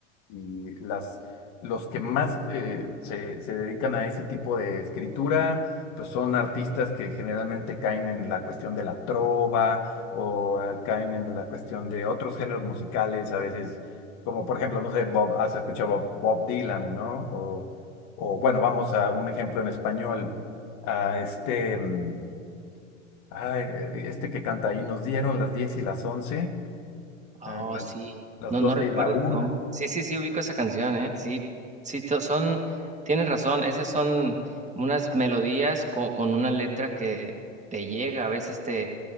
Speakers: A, on the left; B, on the right.
A: y- y las los que más eh, se, se dedican a ese tipo de escritura, pues son artistas que generalmente caen en la cuestión de la trova o eh, caen en la cuestión de otros géneros musicales, a veces, como por ejemplo, no sé, Bob, has escuchado Bob, Bob Dylan, ¿no? O, o bueno, vamos a un ejemplo en español, a este, mm, ay, eh, este que canta ahí, nos dieron las 10 y las once
B: Oh,
A: eh, las,
B: sí.
A: las
B: No,
A: 12
B: no recuerdo
A: y la una
B: su nombre. Sí, sí, sí, ubico esa canción, ¿eh? Sí, sí, to- son, tienes razón, esas son unas melodías co- con, una letra que te llega, a veces te,